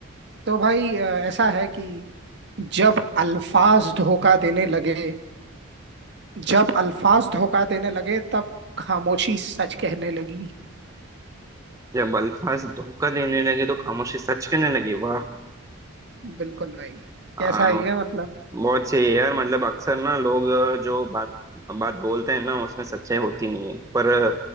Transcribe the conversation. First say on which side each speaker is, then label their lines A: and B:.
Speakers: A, on the right (about 55°); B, on the right (about 15°).
A: तो भाई अ, ऐसा है कि जब अल्फाज धोखा देने लगे जब अल्फाज धोखा देने लगे तब खामोशी सच कहने लगी
B: जब अल्फाज धोखा देने लगे तो खामोशी सच कहने लगी वाह
A: बिल्कुल भाई
B: आ,
A: कैसा है ये मतलब
B: बहुत सही है यार मतलब अक्सर ना लोग अ, जो बात बात बोलते हैं ना उसमें सच्चाई होती नहीं है पर अ,